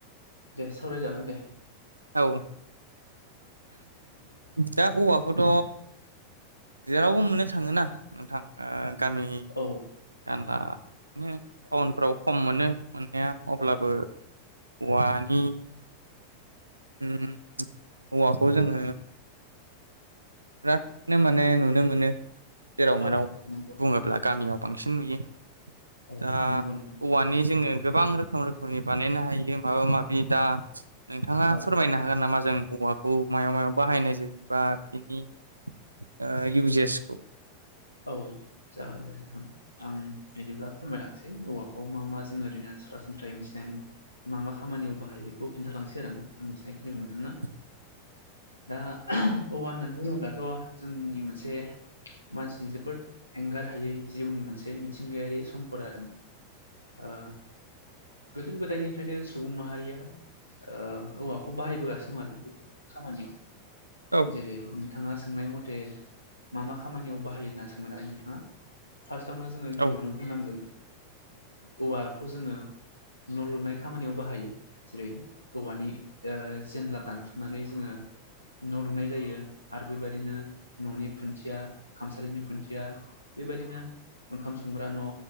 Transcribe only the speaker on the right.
औ ओम दा औवाखौथ' जेरावबो मोननो थाङोना नोंथां ओ गामिनि
जानला <unintelligible> टाउनफ्राव
खम मोनो मोननाया अब्लाबो
औवानि ओम औवाखौ जोङो बिरादनो माने नुनो मोनो जेराव
मेराव
बुङोब्ला
गामियाव बांसिन नुयो
दा
औवानि जोङो गोबां रोखोम रोखोमनि बानायनो हायो माबा माबि दा नोंथाङा
फोरमायनो हागोन नामा जों औवाखौ मायाव मायाव बाहायनाय जायोबा बिनि ओ इउजेसखौ
<inaudible>
औ
औ